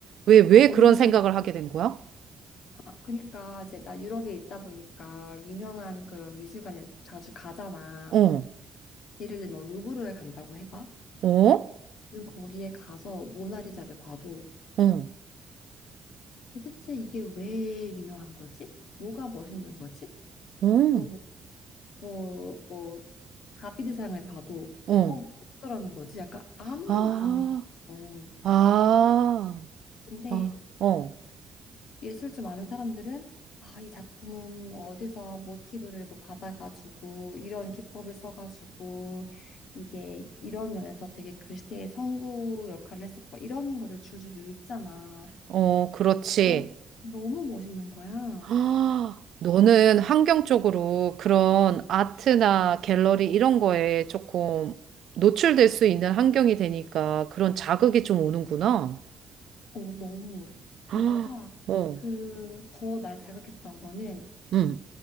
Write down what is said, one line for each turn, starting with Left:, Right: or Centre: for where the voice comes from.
Right: 왜, 왜
Left: 그러니까
Right: 그런
Left: 언니
Right: 생각을 하게 된 거야?
Left: 아, 그니까 이제 나 유럽에 있다 보니까 유명한 그런 미술관에 자주 가잖아.
Right: 어,
Left: 예를 들면 뭐 루브르에 간다고 해봐.
Right: 어,
Left: 그럼 거기에 가서 모나리자를 봐도
Right: 어,
Left: 도대체 이게 왜 유명한 거지? 뭐가 멋있는 거지?
Right: 어,
Left: 또 뭐, 뭐, 뭐 다비드상을 봐도
Right: 어.
Left: 어, 어쩌라는 거지? 약간 아무런
Right: 아,
Left: 감흥이 없어.
Right: 아,
Left: 유명한데
Right: 아, 어,
Left: 예술 좀 아는 사람들은 아, 이 작품은 어디서 모티브를 뭐 받아가지고 이런 기법을 써가지고 이게 이런 면에서 되게 그 시대의 선구 역할을 했었고 이런 거를 줄줄이 읽잖아.
Right: 어, 그렇지.
Left: 난 너무 멋있는 거야.
Right: 아, 너는 환경 쪽으로 그런 아트나 갤러리 이런 거에 조금 노출될 수 있는 환경이 되니까 그런 자극이 좀 오는구나.
Left: 어, 너무. 게다가
Right: 아, 어,
Left: 그 더 날 자극했던 거는
Right: 응,